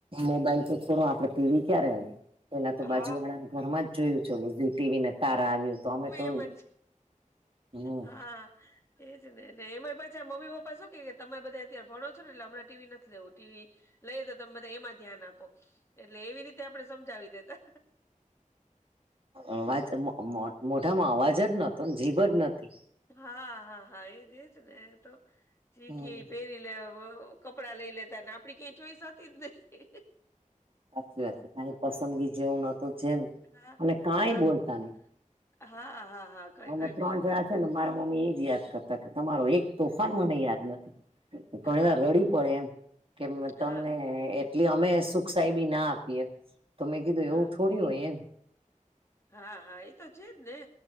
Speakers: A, on the right; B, on the left.
A: મોબાઈલ તો છોડો આપડે ટીવી ક્યારે, પહેલા તો
B: અ
A: બાજુ
B: હા
A: વાળાના ઘરમાં જ જોયું <unintelligible> ટીવી નથ તારા આવ્યો તો અમે તોય,
B: એમ જ
A: હમ્મ.
B: હા એજ ને, અને એમાંય પાછા મમ્મી પપ્પા શું કહે કે તમે બધા અત્યારે ભણો છો ને એટલે હમણાં ટી વી નથ લેવું, ટી વી લેય તો તમે બધા એમાં ધ્યાન આપો, એટલે એવી રીતે આપણે સમજાવી દેતા.
A: અવાજ મ મોઢામાં અવાજ જ નતો, જીભ જ નતી.
B: હા, હા, હા એજ-એજ ને એ તો, જી
A: હમ
B: કે પહેરી લેવો. કપડા લઈ લેતા ને આપડી કઈ ચોઈસ હતી જ નહી.
A: સાચી વાત છે. કાઈ પસંદગી જેવું નોતું જેમ,
B: હા,
A: અને કાઈ
B: હા,
A: બોલતા નહીં.
B: હા, હા, હા. કઈ
A: હમે
B: કઈ
A: ત્રણ
B: બોલતા
A: જણા છે, ને મારા મમ્મી ઈ જ યાદ કરતા તા, તમારો એક તોફાન મને યાદ નથી. ઘણી
B: હા,
A: વાર રડી પડે એમ, મ કે તમે
B: હા.
A: એન એટલે અમે સુકસાઈ બી ના આપી એમ, તો મેં કીધું એવું
B: હા,
A: થોડી હોય એમ.
B: હા, હા ઈ તો છેજ ને.